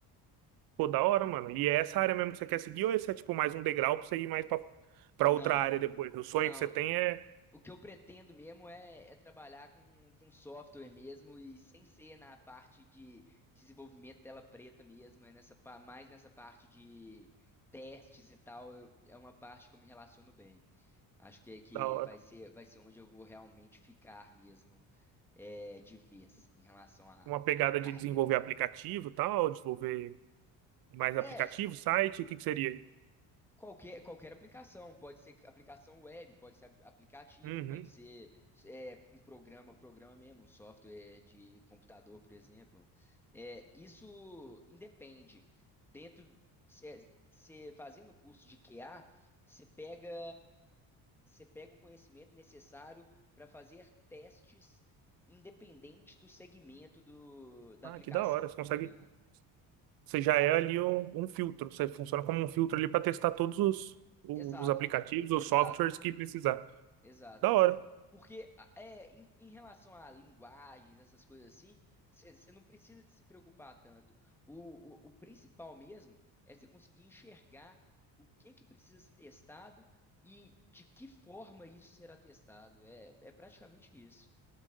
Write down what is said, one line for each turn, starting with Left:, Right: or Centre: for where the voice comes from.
Right: Pô, da hora, mano. E é essa área mesmo que você quer seguir ou esse é tipo mais um degrau pra você ir mais pra, pra
Centre: Não.
Right: outra área depois? O sonho
Centre: Não,
Right: que você tem é
Centre: O que eu pretendo mesmo é, é trabalhar com, com software mesmo e sem ser na parte de desenvolvimento tela preta mesmo, é nessa, pa- mais nessa parte de testes e tal, eu- é uma parte que eu me relaciono bem. Acho que, é que
Right: da hora.
Centre: vai ser, vai ser onde eu vou realmente ficar mesmo, é, de vez em relação à
Right: Uma pegada
Centre: carreira.
Right: de desenvolver aplicativo e tal, desenvolver mais aplicativo,
Centre: É,
Right: site, o que que seria? aí?
Centre: Qualquer, qualquer aplicação, pode ser aplicação web, pode ser a- aplicativo,
Right: Uhum.
Centre: pode ser é, um programa, programa mesmo, um software de computador, por exemplo. É, isso independe. Dentro, você fazendo o curso de QA, você pega, você pega o conhecimento necessário para fazer testes independente do segmento do, da
Right: Ah,
Centre: aplicação.
Right: que da hora. Você consegue.
Centre: É.
Right: Você já é ali um, um filtro. Você funciona como um filtro ali pra testar todos os, os
Centre: Exato,
Right: aplicativos,
Centre: e-
Right: os
Centre: exato.
Right: softwares que precisar.
Centre: Exato.
Right: Da hora.
Centre: Porque é, em, em relação a linguagens, essas coisas assim, você não precisa de se preocupar tanto. O, o, o principal mesmo é você conseguir enxergar o que que precisa ser testado e de que forma isso será testado. É, é praticamente isso.